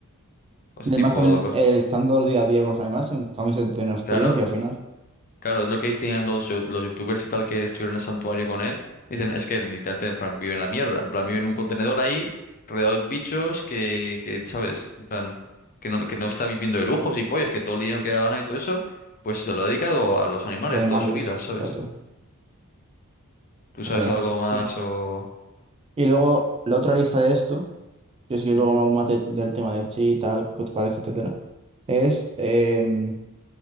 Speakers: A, on the left (about 40°); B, on the right (about 25°).
A: O ese
B: Y además
A: tipo
B: también
A: de cosas.
B: eh, estando día a día con los animales, en- también se tiene experiencia
A: Claro.
B: al final.
A: Claro, es lo que decían los, yo- los youtubers y tal que estuvieron en el santuario con él. Dicen, es que literalmente en plan, vive en la mierda. En plan, vive en un contenedor ahí, rodeado de bichos que, que ¿sabes? En plan, que no, que no está viviendo de lujos y pollas, que todo el dinero que ha ganado y todo eso, pues se lo ha dedicado a los animales
B: Los animales,
A: toda su vida, ¿sabes?
B: exacto.
A: ¿Tú
B: Está
A: sabes
B: bien.
A: algo más
B: Sí.
A: o...?
B: Y luego la otra lista de esto. yo sí que luego
A: Ujú.
B: hablamos más de- del tema de chi y tal, qué te parece, etcétera, es em,